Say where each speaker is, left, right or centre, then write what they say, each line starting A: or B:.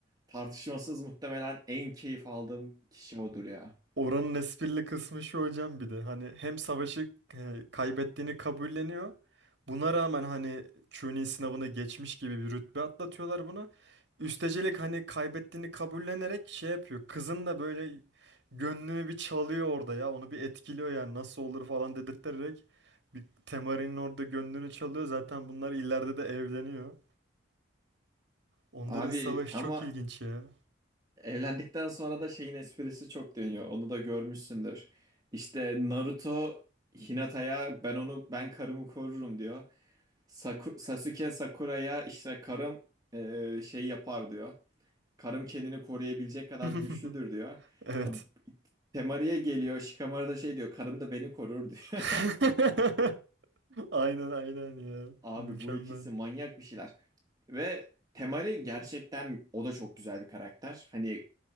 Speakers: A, on the right; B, on the right.
A: tartışmasız muhtemelen en keyif aldığım kişi odur ya.
B: Oranın esprili kısmı şu hocam bir de hani hem savaşı e, kaybettiğini kabulleniyor. Buna rağmen hani Chunin sınavını geçmiş gibi bir rütbe atlatıyorlar buna. Üstecelik hani kaybettiğini kabullenerek şey yapıyor. Kızın da böyle gönlünü bir çalıyor orada ya. Onu bir etkiliyor yani nasıl olur falan dedirterek. Bir Temari'nin orada gönlünü çalıyor. Zaten bunlar ileride de evleniyor. Onların
A: Abi
B: savaşı
A: ama
B: çok ilginç ya.
A: evlendikten sonra da şeyin esprisi çok dönüyor onu da görmüşsündür. İşte Naruto Hinata'ya ben onu ben karımı korurum diyor. Saku- Sasuke Sakura'ya işte karım eee, şey yapar diyor. Karım kendini koruyabilecek kadar
B: <laughs>
A: güçlüdür diyor.
B: Evet.
A: Ab- Temari'ye geliyor. Shikamaru da şey diyor. Karım da beni korur diyor.
B: <laughs> <laughs> Aynen aynen ya.
A: <laughs> Abi
B: Mükemmel.
A: bu ikisi manyak bir şeyler. Ve Temari gerçekten o da çok güzel bir karakter. Hani